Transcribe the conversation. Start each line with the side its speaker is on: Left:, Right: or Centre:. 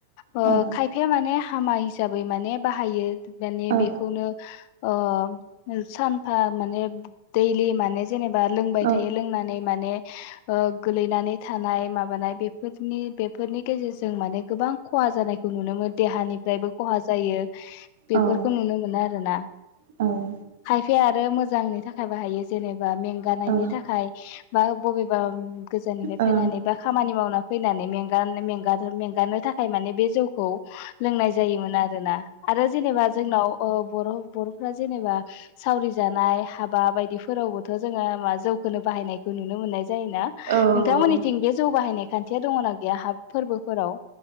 Left: ओ
Right: औ
Left: खायफाया माने हामा हिसाबै माने बाहायो माने
Right: औ
Left: बेखौनो अ सानफा माने दैलि माने जेनेबा लोंबाय
Right: औ
Left: थायो लोंनानै माने गोलैनानै थानाय माबानाय बेफोरनि बेफोरनि गेजेरजों माने गोबां खहा जानायखौ नुनो मोनो देहानिफ्रायबो खहा जायो बेफोरखौ
Right: ओं
Left: नुनो मोनो आरोना
Right: ओं
Left: खायफाया आरो आरो मोजांनि थाखाय बाहायो जेनेबा बा मेंगानायनि
Right: ओ
Left: थाखाय मा बबेबा गोजाननिफ्राय
Right: ओ
Left: फैनानै बा खामानि मावना फैनानै में में मेंगानो थाखाय माने बे जौ औ लोंनाय जायोमोन आरोना आरो जेनेबा जोंनाव ओ बर' बर'फोरा जेनेबा सावरि जानाय हाबा बायदि बिफोरावबोथ' जोङो मा जौखोनो बाहायनायखौ नुनो मोननाय जायोना नोंथांमोननिथिं
Right: औ
Left: बे जौ बाहायनायखौ खान्थिया दङना गैया हाबा फोरबोफोराव